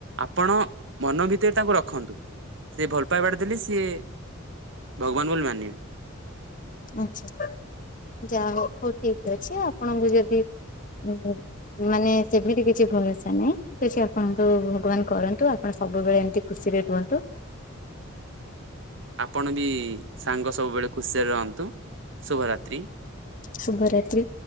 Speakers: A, on the right; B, on the left.
A: ଆପଣ ମନ ଭିତରେ ତାଙ୍କୁ ରଖନ୍ତୁ। ସି ଭଲ ପାଇବାଟ ଦେଲେ ସିଏ ଭଗବାନ ବୋଲି ମାନିବେ।
B: ଆଛା ଯା ହ ହଉ ଠିକ ଅଛି ଆପଣଙ୍କୁ ଯଦି <unintelligible> ମାନେ ସେମିତି କିଛି ଭରସା ନାଇଁ। <unintelligible> ଆପଣଙ୍କୁ ଭଗବାନ କରନ୍ତୁ ଆପଣ ସବୁବେଳେ ଏମିତି ଖୁସିରେ ରୁହନ୍ତୁ।
A: ଆପଣ ବି ସାଙ୍ଗ ସବୁବେଳେ ଖୁସିରେ ରହନ୍ତୁ ଶୁଭରାତ୍ରି।
B: ଶୁଭରାତ୍ରି।